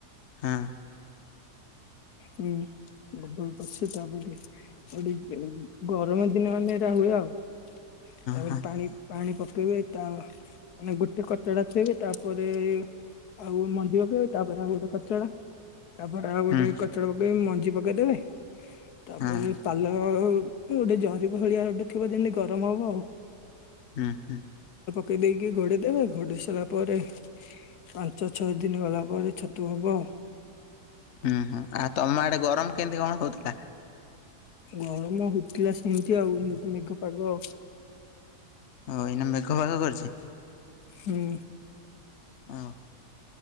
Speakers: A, on the left (about 50°); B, on the left (about 75°).
A: ହଁ।
B: ହୁଁ। ଗୋବର ପଛି ତାପ ଟିଏ ଓଟେ ଉଁ ଗରମ ଦିନ ମାନେ ଏଟା ହୁଏ ଆଉ। ତାପରେ
A: ହଁ
B: ପାଣି ପାଣି ପ ପକେଇବେ ତା ମାନେ ଗୋଟେ କଚଡ଼ା ଥୋଇବେ ତାପରେ ଆଉ ମଞ୍ଜି ଅକେଇବେ ତାପରେ ଆଉ ଗୋଟେ କଚଡ଼ା ତାପରେ ଆଉ ଗୋଟେ
A: ହଁ।
B: କ ବି ମଞ୍ଜି ପକେଇଦେବେ ତାପରେ
A: ହଁ
B: ପାଲ ଅଉ ଓଟେ ଜରି ଭଳିଆ ଓଟେ ଥିବ ଯେମିତି ଗରମ ହବ ଆଉ।
A: ଉଁ ହୁଁ।
B: କେଇ ଦେଇକି ଘୋଡ଼େଇଦେବେ ଘୋଡ଼େଇ ସାଇଲା ପରେ ପାଞ୍ଚ ଛଅ ଦିନ ଗଲା ପରେ ଛତୁ ହବ ଆଉ।
A: ଉଁ ହୁଁ ଆ ତମ ଆଡ଼େ ଗରମ କେନ୍ତି କଣ ହଉଥୁଲା?
B: ଗରମ ହୋଉଥୁଲା ସେନ୍ତି ଆଉ ଏନେ ତ ମେଘ ପାଗ ଆଉ।
A: ଆଉ ଏଇନା ମେଘ ପାଗ କରିଚି?
B: ହୁଁ।
A: ଅହ।